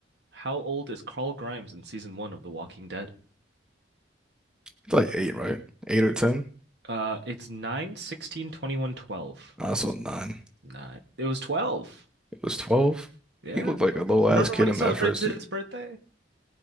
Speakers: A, on the right; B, in the centre.
A: How old is Carl Grimes in season one of The Walking Dead?
B: He's like eight, right? Eight or ten?
A: Uh, it's nine, sixteen, twenty-one, twelve.
B: I saw nine.
A: Nine. It was 12.
B: It was twelve.
A: Yeah.
B: He looked like a little
A: Remember
B: ass kid
A: when he
B: in
A: celebrates
B: that first
A: his
B: season.
A: birthday?